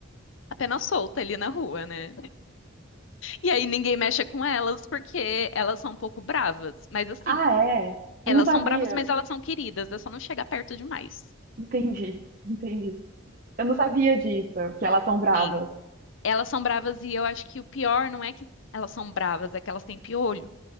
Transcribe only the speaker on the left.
apenas solta ali na rua, né? E aí ninguém mexe com elas porque elas são um pouco bravas. Mas assim,
elas
são bravas, mas elas são queridas. É só não chegar perto demais.
Sim. Elas são bravas e eu acho que o pior não é que elas são bravas, é que elas têm piolho.